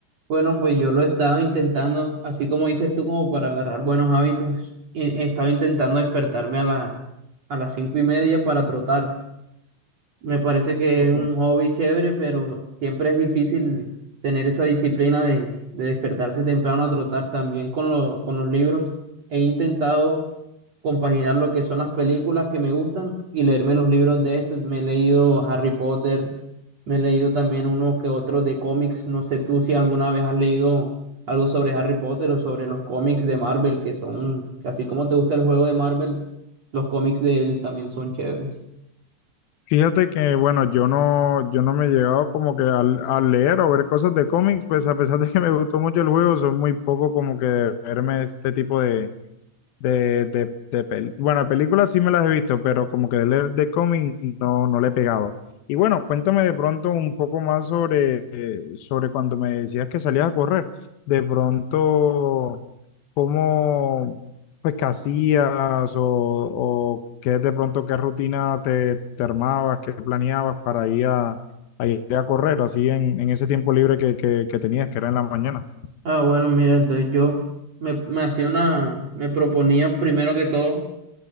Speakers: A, on the right (about 40°); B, on the left (about 70°).
A: Bueno, pues yo lo estaba intentando, así como dices tú, como para agarrar buenos hábitos. y Estaba intentando despertarme a la, a las cinco y media para trotar. Me parece que
B: Porque
A: es un hobby chévere, pero siempre es difícil tener esa disciplina de, de despertarse temprano a trotar también con, lo- con los libros. He intentado compaginar lo que son las películas que me gustan y leerme los libros de estos. Me he leído Harry Potter, me he leído también unos que otros de cómics. No sé tú si alguna vez has leído algo sobre Harry Potter o sobre los cómics de Marvel, que son, que así como te gusta el juego de Marvel, los cómics de él también son chéveres.
B: Fíjate que bueno, yo no, yo no me he llegado como que al, a leer o ver cosas de cómics, pues a pesar de que me gustó mucho el juego, soy muy poco como que de verme este tipo de De, de, de pel- bueno, películas sí me las he visto, pero como que de, leer de cómic no, no le he pegado. Y bueno, cuéntame de pronto un poco más sobre, eh, sobre cuando me decías que salías a correr. De pronto, ¿cómo, pues, qué hacías o, o qué de pronto, qué rutina te, te armabas, qué planeabas para ir a, a ir a correr así en, en ese tiempo libre que, que, que tenías, que era en la mañana?
A: Ah, bueno, mira, entonces yo me, me hacía una, me proponía primero que todo